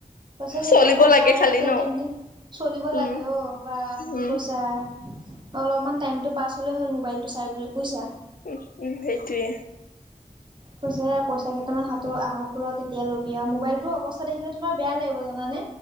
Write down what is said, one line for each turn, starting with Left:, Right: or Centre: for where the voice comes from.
Right: কৈছে যেতিয়া
Left: চলিব
Right: পইচা
Left: লাগে
Right: হ'ব
Left: খালি
Right: তেতিয়া
Left: ন।
Right: দিম দিম। চলিব লাগে
Left: উম,
Right: অ বা কি
Left: উম,
Right: কৈছা অলপমান টাইম টো পাছ হলে হ'ল মোবাইল টো চাই বুলি বুজিছা
Left: উম উম সেইটোৱে
Right: কৈছে পইচা কেইটামান হাত আহক ৰহ তেতিয়া ল'বি আৰু মোবাইলতটোও অৱ দেখিলে তোমাৰ বেয়া লাগিব জানা নে